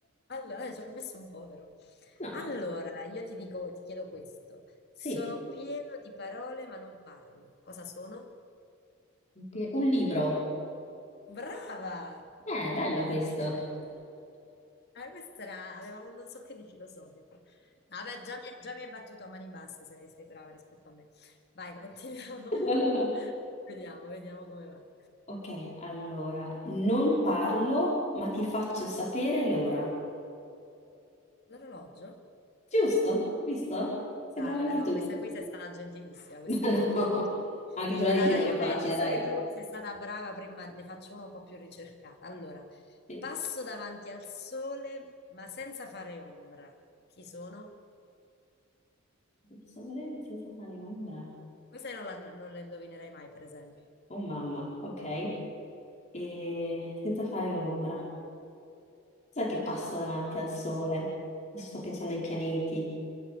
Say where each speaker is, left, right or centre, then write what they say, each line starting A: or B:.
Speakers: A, on the left; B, on the left.
A: Allora, eh, ci ho messo un povero.
B: No,
A: Allora, io ti dico, ti chiedo questo. Sono
B: sì.
A: pieno di parole, ma non parlo. Cosa sono?
B: Pe- Un libro.
A: Brava!
B: Eh, bello
A: Grazie.
B: questo.
A: Ah, questa era, avevamo un non so che di filosofico. No, Vabbè, già mi, già mi hai battuto a mani basse, sei, sei brava rispetto a me. Vai, continuiamo.
B: <laughs>
A: <laughs> Vediamo, vediamo come va.
B: Ok, allora, non parlo, ma ti faccio sapere l'ora.
A: L'orologio?
B: Giusto? Visto? Sembrava
A: No, vabbè,
B: anche
A: no,
B: tu.
A: questa qui sei stata gentilissima, questa
B: <laughs> Ma
A: era
B: no,
A: proprio facile.
B: anche quella
A: Allora,
B: di prima
A: dai,
B: era
A: io
B: facile,
A: te, visto
B: dai.
A: che tu sei stata brava prima, ne faccio una un po' più ricercata. Allora,
B: Sì.
A: passo davanti al sole, ma senza fare ombra. Chi sono?
B: Sole senza fare ombra.
A: Questa non la, non la indovinerai mai, per esempio.
B: Oh mamma, ok. E senza fare ombra. Cos'è che passa davanti al sole? Adesso sto pensando ai pianeti.